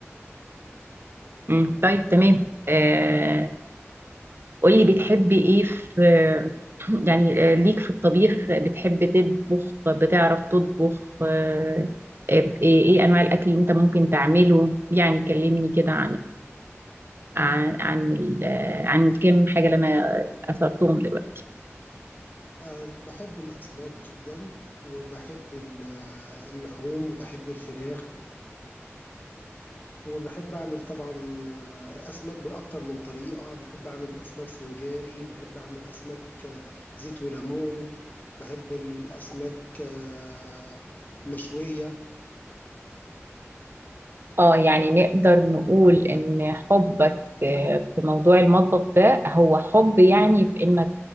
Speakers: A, on the right (about 50°); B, on the left (about 40°).
A: مم، طيب تمام آه، قولي بتحبي ايه في <clears throat> يعني آه، ليك في الطبيخ بتحب تطبخ بتعرف تطبخ آه، آه، ايه إيه انواع الاكل اللي انت ممكن تعمله يعني كلمني كده عن عن عن ال- آه، عن كم حاجة اللي انا اثرتهم دلوقتي
B: أه بحب الأسماك جدا وبحب ال- آه، اللحوم وبحب الفراخ وبحب أعمل طبعا آه، أسماك بأكتر من طريقة بحب أعمل أسماك سنجاري بحب أعمل أسماك آه، زيت وليمون بحب الأسماك آه، مشوية
A: اه يعني نقدر نقول ان حبك آه، في موضوع المطبخ ده هو حب يعني في انك